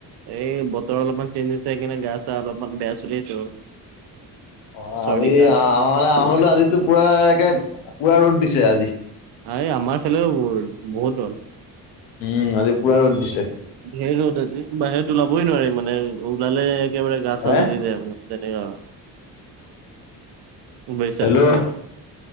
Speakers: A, on the right (about 55°); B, on the left (about 80°).
A: এই বতৰ অলপমান চেঞ্জ হৈছে কিনে গা ছা অলপমান বেয়া চলি আছে বাৰু।
B: অ'
A: চৰ্দি
B: আজি
A: কাহ
B: আমাৰ ফালে আমাৰ ফালে আজি পুৰা পুৰা ৰ'দ দিছে আজি।
A: আ আমাৰ ফালেও বহুত ৰ'দ।
B: উম, আজি পূৰা ৰ'দ দিছে।
A: ঢেৰ ৰ'দ আজি, বাহিৰত ওলাবই নোৱাৰি মানে ওলালে একেবাৰে গা চা
B: হে
A: জ্বলি যায় মানে। তেনেকুৱা আৰু, বুইছা।
B: হেল্ল'